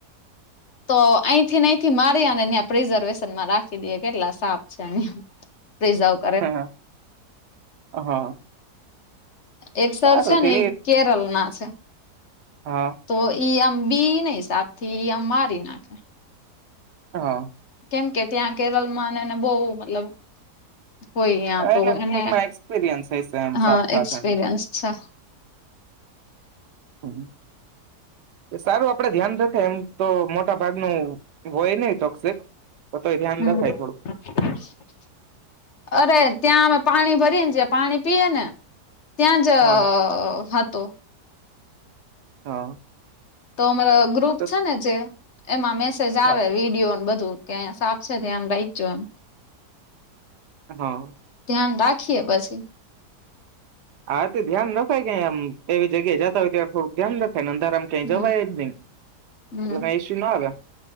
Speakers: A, on the left; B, on the right.
A: તો અહીથી અહીથી મારી અને પેજરવીસન માં રાખી દે કેટલા સાપ છે અહીંયા. પ્રિઝર્વે
B: હા હા હા.
A: એક સર
B: સારું
A: છે ને
B: તે
A: ઈ કેરલ ના છે.
B: હા.
A: તો ઈ આમ બી નહીં સાપ થી, ઈ આમ મારી નાખે.
B: હા.
A: કેમ કે ત્યાં કેરલમાંને એને બહુ મતલબ હોય યાં તો
B: એટલે ટૂંકમાં
A: એને,
B: એક્સપિરિયન્સ હશે એમ
A: હા
B: સાફ સાથે
A: એક્સપીરિયન્સ
B: એમ.
A: છે.
B: હમ્મ. એ સારું આપણે ધ્યાન રખાય. એમ તો મટ ટાભાગ નું હોય નહીં ટોકસીક, પણ તોય ધ્યાન
A: હમ
B: રખાય થોડુંક.
A: <inaudible> અરે ત્યાં અમે પાણી ભરીએ, ને જે પાણી પીએ ને ત્યાં જ
B: હા
A: હતો.
B: હા.
A: તો અમારા ગ્રુપ
B: તો
A: છે ને જે, એમાં મેસેજ
B: હા
A: આવે, વિડીયોન બધું. કે અહિયાં સાપ છે ધ્યાન રાઈખજો એમ.
B: હા.
A: ધ્યાન રાખીએ પછી.
B: હા તે ધ્યાન રખાય કે એમ, એવી જગ્યાએ જતા હોય ત્યારે થોડુંક ધ્યાન રખાય. ને અંધારામ ક્યાંય
A: હમ
B: જવાય જ નહીં.
A: હમ
B: એટલે કાંઈ ઈશ્યું ન આવે.